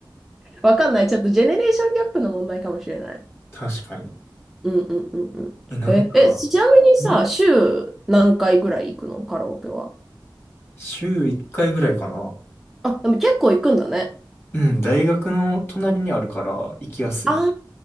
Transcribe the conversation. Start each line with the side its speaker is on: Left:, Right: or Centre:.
Centre: わかんない。ちょっとジェネレーションギャップの問題かもしれない。
Left: 確かに。
Centre: うんうんうんうん。
Left: え、なんか、
Centre: え、え、ちなみにさ、
Left: ん
Centre: 週何回ぐらい行くのカラオケは。
Left: 週1回ぐらいかな。
Centre: あ、でも結構行くんだね。
Left: うん、大学の隣にあるから行きやすい。
Centre: あ